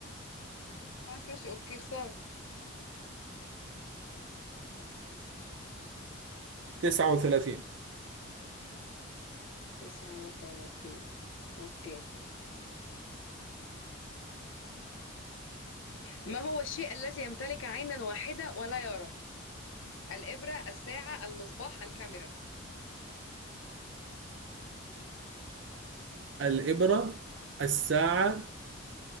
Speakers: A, on the left; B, on the right.
A: خلاص ماشي اوكي اختار
B: 39
A: تسعة وثلاثين أوكي ما هو الشيء الذي يمتلك عينا واحدة ولا يرى الإبرة الساعة المصباح الكاميرا
B: الإبرة الساعة